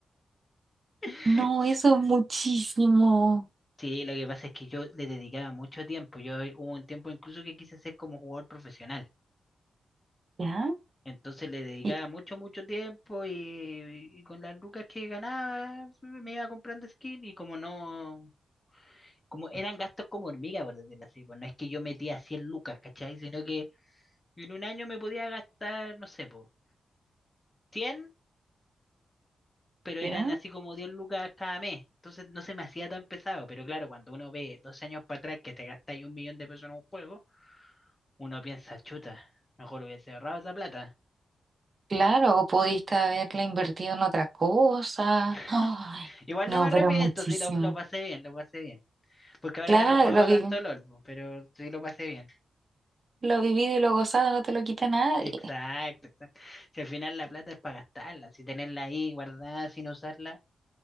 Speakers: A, on the left; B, on the right.
A: <laughs>
B: No, eso es muchísimo.
A: Sí, lo que pasa es que yo le dedicaba mucho tiempo. Yo hubo un tiempo incluso que quise ser como jugador profesional.
B: ¿Ya?
A: Entonces le dedicaba
B: ¿Y
A: mucho, mucho tiempo y, y con las lucas que ganaba sí, me iba comprando skin y como no, como eran gastos como hormiga, por decirlo así. Pues no es que yo metía 100 lucas, ¿cachai? Sino que en un año me podía gastar, no sé, po, 100, pero eran
B: ya?
A: así como 10 lucas cada mes. Entonces no se me hacía tan pesado. Pero claro, cuando uno ve dos años para atrás que te gastáis un millón de pesos en un juego uno piensa, chuta, mejor hubiese ahorrado esa plata.
B: Claro, pudiste haberla invertido en otra cosa.
A: <laughs>
B: Ay,
A: Igual
B: no,
A: no me arrepiento,
B: pero muchísimo.
A: si lo, lo pasé bien, lo pasé bien. Porque ahora
B: Claro,
A: ya no juego
B: lo vi,
A: tanto LOL, po, pero sí lo pasé bien.
B: lo vivido y lo gozado no te lo quita nadie.
A: Exacto, exacto. Si al final la plata es para gastarla, si tenerla ahí guardada sin usarla,